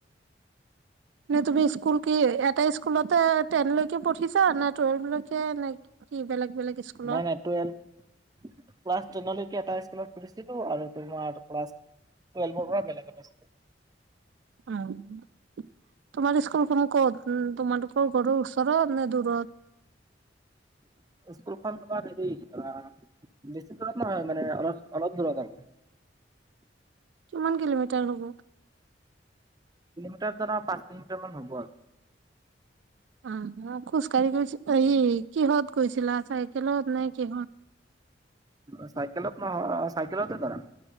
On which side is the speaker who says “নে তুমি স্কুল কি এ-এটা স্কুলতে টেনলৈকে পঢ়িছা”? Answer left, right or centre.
Right